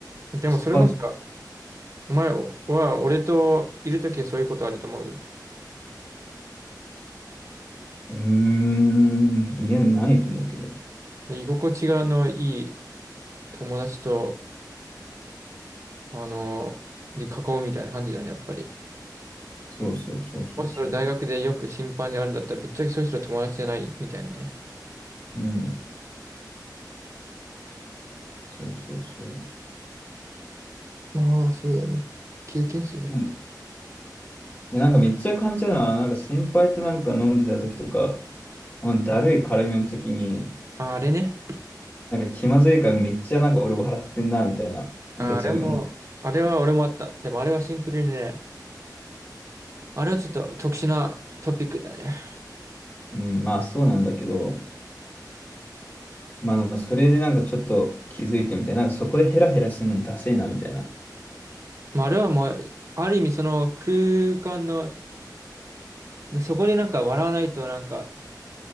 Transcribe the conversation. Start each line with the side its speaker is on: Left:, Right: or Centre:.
Right: うん。でもそれこそ、
Left: そこは、
Right: お前は俺といるときはそういうことあると思う。
Left: うーん、いや、ないと思うけど。
Right: で居心地がのいい友達と、あの、で囲うみたいな感じだね、やっぱり。
Left: そうそうそうそうそ
Right: もしそれ大学でよく審判であるんだったら、ぶっちゃけそういう人は友達じゃないみたいなね。
Left: う。うん、そうそうそ
Right: ああ、そうだね。経験っすね。
Left: う。うんでなんかめっちゃ感じたのは、なんか先輩となんか飲んでた時とか、あのだるい絡みの時に、
Right: ああれね。
Left: なんか気まずいからめっちゃなんか俺笑ってんな、みたいな。
Right: ああれも、
Left: 別に思う、
Right: あれは俺もあった。でもあれはシンプルにね、あれはちょっと特殊なトピックだね。
Left: うん、まあそうなんだけど、まあ、それでなんかちょっと気づいてみたいな、なんかそこでヘラヘラするのもダセいな、みたいな。
Right: まあ、あれはもう、ある意味その空間の、そこでなんか笑わないとなんか、